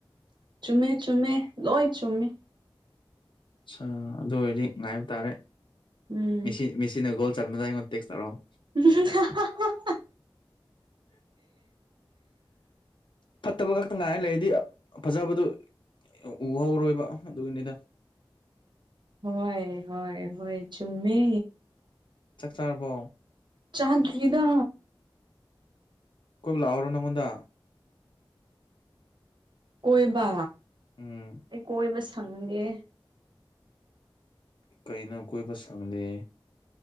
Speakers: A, on the right (about 60°); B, on the left (about 65°).
A: ꯆꯨꯝꯃꯦ ꯆꯨꯝꯃꯦ ꯂꯣꯏ ꯆꯨꯝꯃꯦ
B: ꯑꯠꯁꯥ ꯑꯗꯨ ꯑꯣꯏꯔꯗꯤ ꯉꯥꯏꯕ ꯇꯥꯔꯦ
A: ꯎꯝ
B: ꯃꯤꯁꯤ ꯃꯤꯁꯤꯅ ꯒꯣꯜ ꯆꯟꯕꯗ ꯑꯩꯉꯣꯟꯗ ꯇꯦꯛꯁ ꯇꯧꯔꯛꯑꯣ
A: <unintelligible>
B: ꯐꯠꯇꯕ ꯈꯛꯇ ꯉꯥꯏ ꯂꯩꯔꯗꯤ ꯐꯖꯕꯗꯨ ꯎ ꯍꯧꯔꯣꯏꯕ ꯑꯗꯨꯒꯤꯅꯤꯗ꯫
A: ꯍꯣꯏ ꯍꯣꯏ ꯍꯣꯏ ꯆꯨꯝꯃꯤ꯫
B: ꯆꯥꯛ ꯆꯥꯔꯕꯣ꯫
A: ꯆꯥꯍꯟꯈ꯭ꯔꯤꯗꯥ
B: ꯀꯣꯏꯕ ꯂꯥꯛꯎꯔꯣ ꯅꯪꯉꯣꯟꯗꯥ꯫
A: ꯀꯣꯏꯕꯥ
B: ꯎꯝ
A: ꯑꯩ ꯀꯣꯏꯕ ꯁꯪꯗꯦ꯫
B: ꯀꯩ ꯅꯪ ꯀꯣꯏꯕ ꯁꯪꯗꯦ꯫